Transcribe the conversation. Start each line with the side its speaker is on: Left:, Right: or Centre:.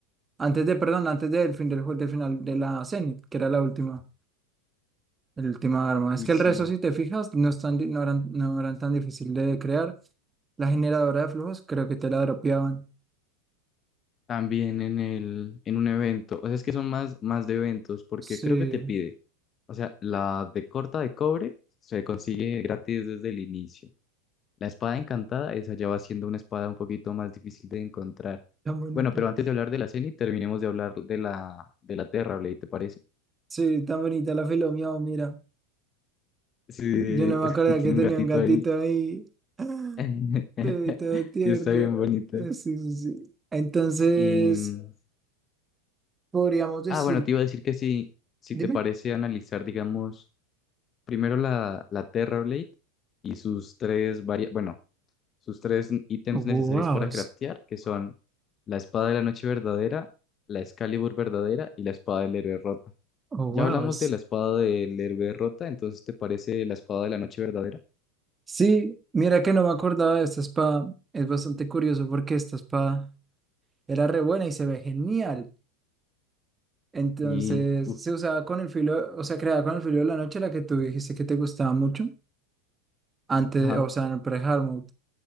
Right: Antes de, perdón, antes del fin del, jue- del final de la Zenith, que era la última, el última arma.
Left: Uy,
Right: Es que
Left: sí.
Right: el resto, si te fijas, no, están, di- no, eran, no eran tan difícil de crear. La generadora de flujos, creo que te la dropeaban.
Left: También en el, en un evento. O sea, es que son más, más de eventos, porque
Right: Sí,
Left: creo que te pide. O sea, la de corta de cobre se consigue gratis desde el inicio. La espada encantada, esa ya va siendo una espada un poquito más difícil de encontrar.
Right: tan bonita.
Left: Bueno, pero antes de hablar de la y terminemos de hablar de la, de la Terra, ¿te parece?
Right: Sí, tan bonita la filo miau, mira.
Left: Sí,
Right: Yo no me
Left: es
Right: acuerdo
Left: que tiene
Right: que tenía
Left: un gatito
Right: un gatito
Left: ahí.
Right: ahí. <gasps>
Left: <laughs>
Right: Todo, todo tierno.
Left: Sí, está bien bonito.
Right: Eh, Sí, sí, sí. Entonces,
Left: Y, mm,
Right: podríamos decir,
Left: ah, bueno, te iba a decir que si, si
Right: dime.
Left: te parece analizar, digamos, primero la, la Terra Blade y sus tres varia- bueno, sus tres ítems
Right: Oh, wow.
Left: necesarios para craftear, que son la espada de la noche verdadera, la Excalibur verdadera y la espada del héroe rota.
Right: Oh, wow.
Left: Ya hablamos de la espada del héroe rota, entonces ¿te parece la espada de la noche verdadera?
Right: Sí, mira que no me acordaba de esta espada. Es bastante curioso porque esta espada era re buena y se ve genial. Entonces
Left: Y, uff,
Right: se usaba con el filo, o sea, creada con el filo de la noche, la que tú dijiste que te gustaba mucho, antes,
Left: ajá.
Right: o sea, en el pre-Hardmode.